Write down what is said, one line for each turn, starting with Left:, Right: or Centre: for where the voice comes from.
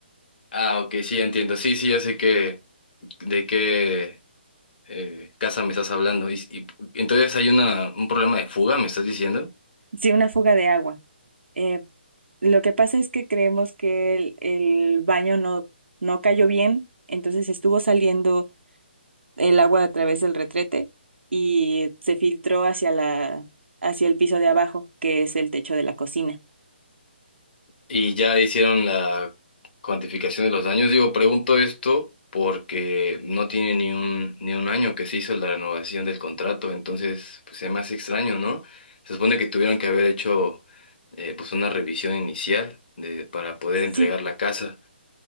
Left: Ah, ok, sí, entiendo. Sí, sí, ya sé que, de qué eh, casa me estás hablando. Y, y- entonces hay una, un problema de fuga, ¿me estás diciendo?
Right: Sí, una fuga de agua. Eh, lo que pasa es que creemos que el, el baño no, no cayó bien, entonces estuvo saliendo el agua a través del retrete y se filtró hacia la, hacia el piso de abajo, que es el techo de la cocina.
Left: Y ya hicieron la cuantificación de los daños. Digo, pregunto esto porque no tiene ni un, ni un año que se hizo la renovación del contrato, entonces pues se me hace extraño, ¿no? Se supone que tuvieron que haber hecho eh, pues una revisión inicial de, para poder
Right: Sí,
Left: entregar la casa.